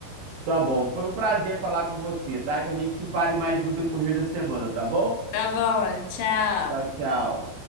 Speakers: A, on the right; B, on the left.
A: tá bom, foi um prazer falar com você, tá? Que a gente se fale mais no decorrer da semana, tá bom?
B: Tá bom, tchau.
A: Tchau, tchau.